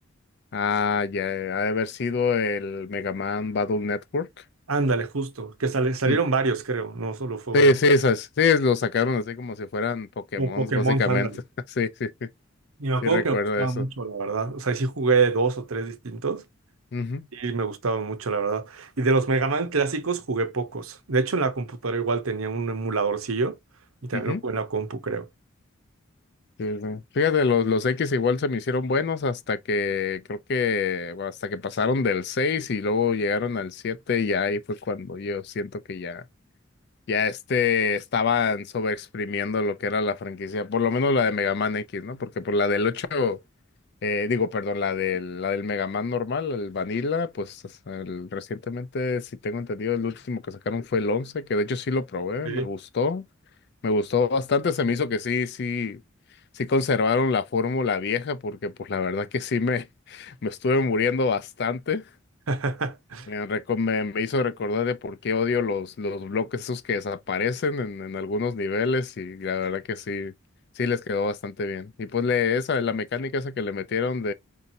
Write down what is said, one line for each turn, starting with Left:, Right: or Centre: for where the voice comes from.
Left: ah, ya ha de haber sido el Mega Man Battle Network.
Right: Ándale, justo, que sale- salieron
Left: Mm.
Right: varios, creo, no solo fue
Left: Sí,
Right: uno.
Left: sí, esas, sí, los sacaron así como si fueran Pokémon,
Right: Un Pokémon,
Left: básicamente.
Right: ándale.
Left: <laughs> Sí, sí,
Right: Y me
Left: sí
Right: acuerdo
Left: recuerdo
Right: que me gustaba
Left: eso.
Right: mucho, la verdad. O sea, sí jugué dos o tres distintos
Left: Ujú,
Right: y me gustaban mucho, la verdad. Y de los Mega Man clásicos jugué pocos. De hecho, en la computadora igual tenía un emuladorcillo y también
Left: ujú.
Right: lo jugué en la compu, creo.
Left: Sí, sí. Fíjate, los, los X igual se me hicieron buenos hasta que creo que bueno, hasta que pasaron del 6 y luego llegaron al siete y ahí fue cuando yo siento que ya ya este estaban sobreexprimiendo lo que era la franquicia, por lo menos la de Mega Man X, ¿no? Porque por la del 8 eh, digo, perdón, la del, la del Mega Man normal, el Vanilla, pues es el- recientemente, si tengo entendido, el último que sacaron fue el once que de hecho sí lo probé,
Right: Sí.
Left: me gustó, me gustó bastante, se me hizo que sí, sí, sí conservaron la fórmula vieja, porque pues la verdad que sí me, <laughs> me estuve muriendo bastante.
Right: <laughs>
Left: Eh, reco- Me, me hizo recordar de por qué odio los, los bloques esos que desaparecen en, en algunos niveles y la verdad que sí, sí les quedó bastante bien. Y pues le, esa, la mecánica esa que le metieron